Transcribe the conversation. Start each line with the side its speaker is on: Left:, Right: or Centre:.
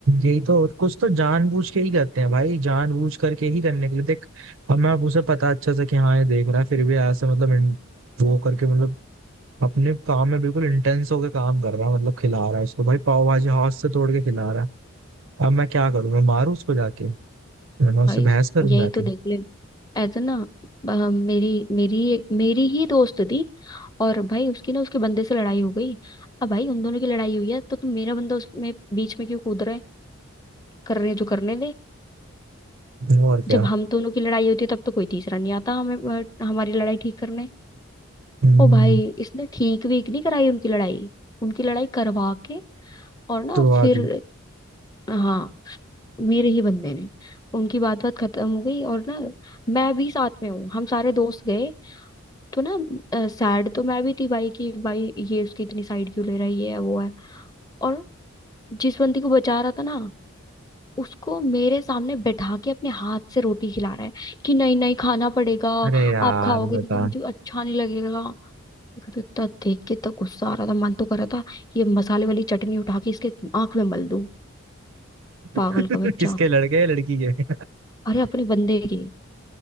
Right: यही तो कुछ तो जानबूझ के ही करते हैं भाई जानबूझ करके ही करने के लिए देख हमें अब मैं उसे पता अच्छा सा कि हाँ ये देख रहा है फिर भी यहाँ से मतलब इन- वो करके मतलब अपने काम में बिल्कुल इंटेंस होकर काम कर रहा है मतलब खिला रहा है उसको भाई पाव भाजी हाथ से तोड़ के खिला रहा है अब मैं क्या करूं मैं मारू उसको जाके मैं मैं उससे
Left: भाई
Right: बहस करूं
Left: यही
Right: जाके
Left: तो देख ले ऐसा ना अ, मेरी मेरी मेरी ही दोस्त थी और भाई उसकी ना उसके बंदे से लड़ाई हो गई अब भाई उन दोनों की लड़ाई हुई है तो तुम मेरा बंदा उसमें बीच में क्यों कूद रहा है कर रहे हैं जो करने दे
Right: और क्या
Left: जब हम दोनों की लड़ाई होती है तब तो कोई तीसरा नहीं आता हमें अ, हमारी लड़ाई ठीक करने
Right: हम्म
Left: ओ भाई इसने ठीक वीक नहीं कराई उनकी लड़ाई उनकी लड़ाई करवा के और ना
Right: तो
Left: फिर
Right: आज
Left: हाँ मेरे ही बंदे ने उनकी बात बात खत्म हो गई और ना मैं भी साथ में हूँ हम सारे दोस्त गए तो ना सैड तो मैं भी थी भाई कि भाई ये उसकी इतनी साइड क्यों ले रहा है ये है वो है और जिस बंदी को बचा रहा था ना उसको मेरे सामने बैठा के अपने हाथ से रोटी खिला रहा है कि नहीं नहीं खाना पड़ेगा
Right: अरे यार
Left: आप खाओगे
Right: बता
Left: नहीं तो मुझे अच्छा नहीं लगेगा मेरे को तो इतना देख के इतना गुस्सा आ रहा था मन तो कर रहा था ये मसाले वाली चटनी उठा के इसके आंख में मल दूं
Right: <laughs>
Left: पागल का बच्चा
Right: किसके लड़के हैं, लड़की के
Left: अरे अपने बंदे के